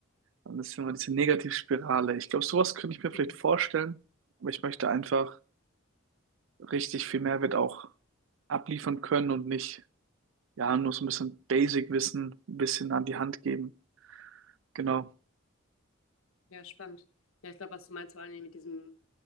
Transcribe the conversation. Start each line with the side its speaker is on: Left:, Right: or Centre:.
Right: dann ist immer diese Negativspirale. Ich glaube, sowas könnte ich mir vielleicht
Left: Mhm.
Right: vorstellen, aber ich möchte einfach richtig viel Mehrwert auch abliefern können und nicht, ja, nur so ein bisschen Basic-Wissen ein bisschen an die Hand geben. Genau.
Left: Ja, spannend. Ja, ich glaube, was du meinst, vor allem mit diesem